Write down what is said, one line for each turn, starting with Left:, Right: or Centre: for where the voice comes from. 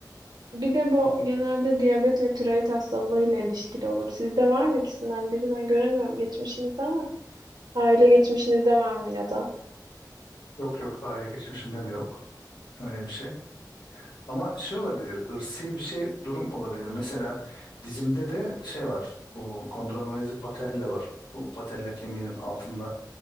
Right: bir de bu genelde diyabet ve tiroid hastalığıyla ilişkili olur. Sizde var mı ikisinden biri? Ben göremiyorum geçmişinizde ama aile geçmişinizde var mı ya da?
Left: Yok yok aile geçmişimde de yok. Öyle bir şey. Ama şey olabilir, ırsi bir şey durum olabilir. Mesela dizimde de şey var, bu kondromalazi patella var. Bu patella kemiğinin altında